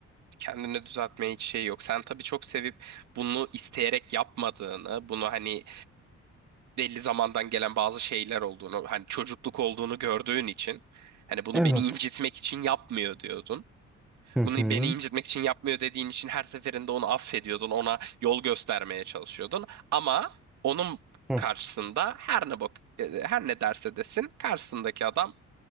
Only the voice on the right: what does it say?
kendini düzeltmeye hiç şey yok. Sen tabii çok sevip bunu isteyerek yapmadığını, bunu hani belli zamandan gelen bazı şeyler olduğunu, hani çocukluk olduğunu gördüğün için hani bunu
beni incitmek için yapmıyor diyordun.
Bunu beni incitmek için yapmıyor dediğin için her seferinde onu affediyordun, ona yol göstermeye çalışıyordun. Ama onun
karşısında her ne bak e, her ne derse desin karşısındaki adam